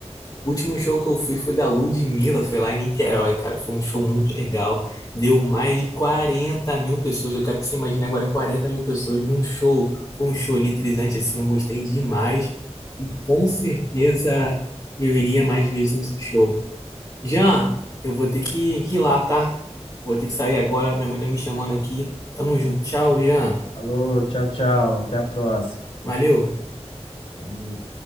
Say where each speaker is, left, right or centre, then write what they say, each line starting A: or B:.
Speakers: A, on the left; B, on the left.
A: O último show que eu fui foi da Ludmilla, foi lá em Niterói, cara. Foi um show muito legal. Deu mais de 40 mil pessoas. Eu quero que você imagine agora 40 mil pessoas num show. Foi um show eletrizante, assim, eu gostei demais. E com certeza eu iria mais vezes nesse show. Jean, eu vou ter que, que ir lá, tá? Vou ter que sair agora. Minha mãe tá me chamando aqui. Tamo junto. Tchau, Jean.
B: Alô, tchau, tchau, até a próxima.
A: Valeu.
B: Valeu.